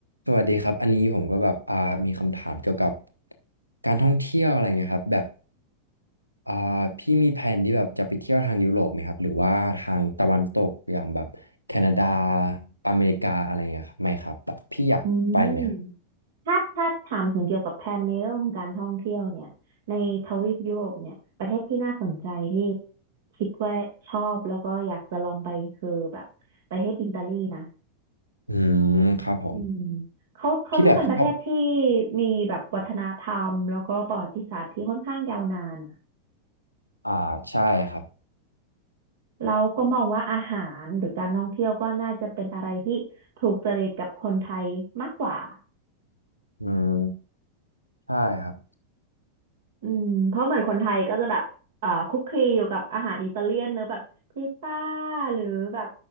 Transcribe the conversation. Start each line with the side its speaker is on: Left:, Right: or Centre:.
Left: สวัสดีครับอันนี้ผมก็แบบอ่ามีคำถามเกี่ยวกับการท่องเที่ยวอะไรเงี้ยครับแบบอ่าพี่มีแผนที่แบบจะไปเที่ยวทางยุโรปไหมครับหรือว่าทางตะวันตกอย่างแบบแคนาดาอเมริกาอะไรเงี้ยครับไหมครับแบบพี่อยากไปไหมครับ
Right: อืมถ้าถ้าถามถึงเกี่ยวกับแผนในเรื่องของการท่องเที่ยวเนี่ยในทวีปยุโรปเนี่ยประเทศที่น่าสนใจที่คิดว่าชอบแล้วก็อยากจะลองไปคือแบบประเทศอิตาลีนะ
Left: อืมครับผม
Right: อืมเขาเขาดูเป็นประเทศที่
Left: พี่แบบชอบ
Right: มีแบบวัฒนธรรมแล้วก็ประวัติศาสตร์ที่ค่อนข้างยาวนานอ่ะ
Left: อ่าใช่ครับ
Right: เราก็มองว่าอาหารหรือการท่องเที่ยวก็น่าจะเป็นอะไรที่ถูกจริตกับคนไทยมากกว่า
Left: อืมใช่ครับ
Right: อืมเพราะเหมือนคนไทยก็จะแบบอ่าคุกคลีอยู่กับอาหารอิตาเลียนเนอะแบบพิซซ่าหรือแบบ